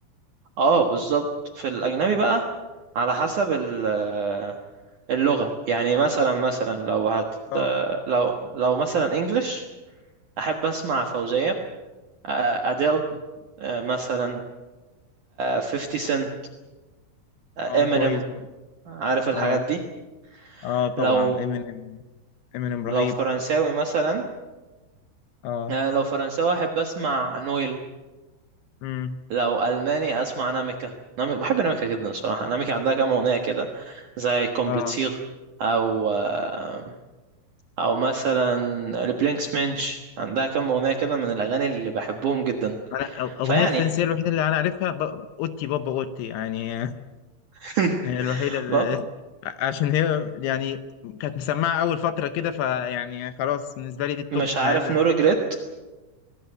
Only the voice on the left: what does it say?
اه
اه
آه،
كويس برضو
اه
اه طبعا
امينيم امينيم
رهيب
اه
امم
اه
انا أغ- اغنيه
الفرنسيه الوحيده اللي انا عارفها ب... اوتي بابا اوتي يعني
<laughs> هي الوحيده اللي...
<laughs> ع- عشان هي يعني كانت مسمعه اول فتره كده فيعني خلاص بالنسبه لي دي التوب
مع
ان